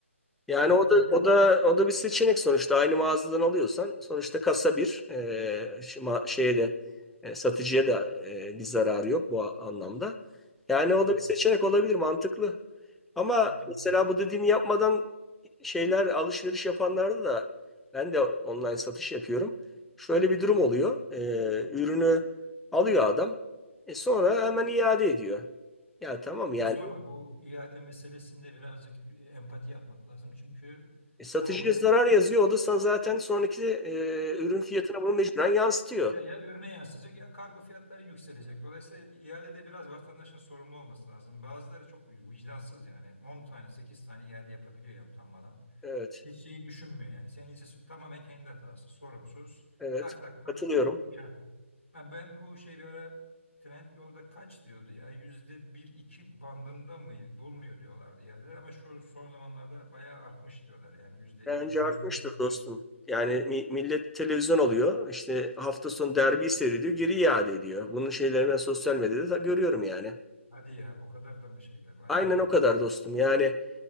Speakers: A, in the centre; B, on the left (about 65°).
A: Yani
B: E,
A: o da
B: öyle
A: o da o da bir seçenek sonuçta. Aynı mağazadan alıyorsan sonuçta kasa bir e, şi- ma- şeye de e, satıcıya da e, bir zararı yok bu a- anlamda. Yani
B: Hı.
A: o da bir seçenek olabilir, mantıklı. Ama
B: yani
A: mesela bu dediğini yapmadan şeyler alışveriş yapanlarda da ben de online satış yapıyorum. Şöyle bir durum oluyor. E, ürünü alıyor adam. E sonra hemen iade ediyor. Ya tamam
B: ne
A: yani
B: sorma bu iade meselesinde birazcık e, empati yapmak lazım. Çünkü
A: E, satıcıya
B: o
A: zarar yazıyor. O da sa- zaten sonraki e, ürün fiyatına bunu mecburen yansıtıyor.
B: Ya, ya ürüne yansıyacak ya kargo fiyatları yükselecek. Dolayısıyla iadede biraz vatandaşın sorumlu olması lazım. Bazıları çok vicdansız yani. 10 tane 8 tane iade yapabiliyor ya utanmadan.
A: Evet,
B: Hiç şeyi düşünmüyor yani. Sen ise tamamen kendi hatası sorumsuz.
A: evet.
B: Tak tak tak
A: Katılıyorum.
B: bu imkan. Ha, ben bu şey bir ara Trendyol'da kaç diyordu ya yüzde bir iki bandında mı bulmuyor diyorlardı iadeler ama şu son zamanlarda bayağı artmış diyorlar yani yüzde
A: Bence
B: ikilerin
A: artmıştır
B: üstüne çıkmış.
A: dostum. Yani mi- millet televizyon alıyor. İşte hafta sonu derbi seyrediyor. Geri iade ediyor. Bunun şeyleri ben sosyal medyada da görüyorum yani.
B: Hadi ya o kadar da mı şeyler vay
A: Aynen
B: be.
A: o kadar dostum. Yani